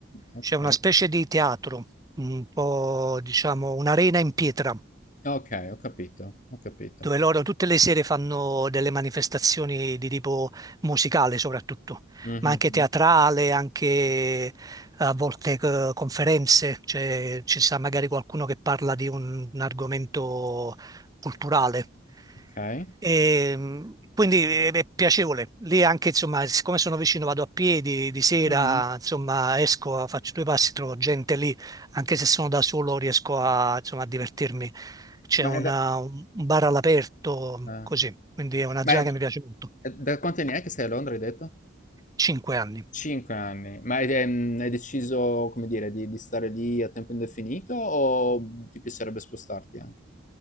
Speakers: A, on the left; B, on the right.
A: ok,
B: C'è una specie di teatro, un po' diciamo un'arena in pietra
A: ok, ho capito, ho capito.
B: dove loro tutte le sere fanno delle manifestazioni di tipo musicale soprattutto,
A: Mhm,
B: ma anche
A: mhm,
B: teatrale, anche a volte eh, conferenze, cioè ci sarà magari qualcuno che parla di un, un argomento culturale.
A: Ok.
B: E, mh, quindi è è piacevole. Lì anche, insomma, siccome sono vicino, vado a piedi di sera,
A: Mhm.
B: insomma, esco, faccio due passi, trovo gente lì, anche se sono da solo, riesco a, insomma, a divertirmi. C'è
A: Ma
B: una-
A: è da...
B: un bar all'aperto,
A: eh,
B: così. Quindi è una
A: Ma
B: zona
A: è-
B: che mi piace molto.
A: è da quanti anni è che sei a Londra, hai detto?
B: Cinque anni.
A: Cinque anni. Ma hai, ehm, hai deciso, come dire, di, di stare lì a tempo indefinito o ti piacerebbe spostarti anche?